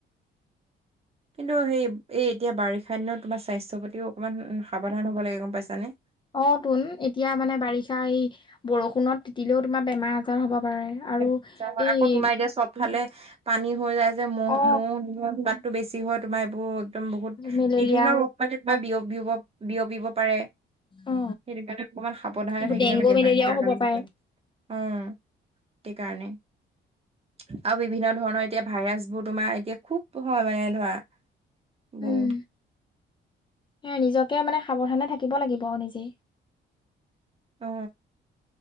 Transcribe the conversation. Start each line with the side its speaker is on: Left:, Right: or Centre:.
Right: কিন্তু সেই এই, এতিয়া বাৰিষা দিনত তোমাৰ স্বাস্থ্যৰ প্ৰতিও অকণমান সাৱধান হ'ব লাগে গম পাইছানে।
Left: অ', তোন এতিয়া মানে বাৰিষা এই, বৰষুণত তিতিলেও তোমাৰ বেমাৰ-আজাৰ হ'ব পাৰে। আৰু,
Right: বেমাৰ-আজাৰ হয়
Left: এই
Right: আকৌ তোমাৰ এতিয়া চব ফালে পানী হৈ যায় যে, মহ,
Left: অ
Right: মৌ উতপাট টো বেছি হয়, তোমাৰ এইবোৰ একদম বহুত,
Left: মেলেৰিয়া
Right: বিভিন্ন ৰোগ মানে কিবা বিয়প বি, বিয়পিব পাৰে।
Left: অ
Right: সেইটো কাৰণে অকমান সাৱধানে
Left: এইবোৰ
Right: থাকিব
Left: ডেংগু
Right: লাগে,
Left: মেলেৰিয়াও হ'ব পাৰে
Right: <inaudible> উম, সেই কাৰণে। আৰু বিভিন্ন ধৰণৰ এতিয়া ভাইৰাছ বোৰ তোমাৰ, এতিয়া খুব হয় মানে ধৰা বোৰ
Left: উম, সেই নিজকে মানে সাৱধানে থাকিব লাগিব নিজে।
Right: অ,